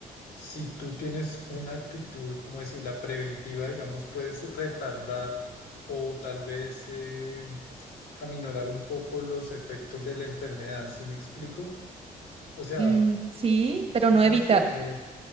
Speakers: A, on the left; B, on the right.
A: si tú tienes una actitud, como decir, la preventiva, digamos, puedes retardar o tal vez eh, aminorar un poco los efectos de la enfermedad, ¿sí me explico? O sea,
B: Mm, sí, pero
A: ¿cómo
B: no evitar.
A: decirlo?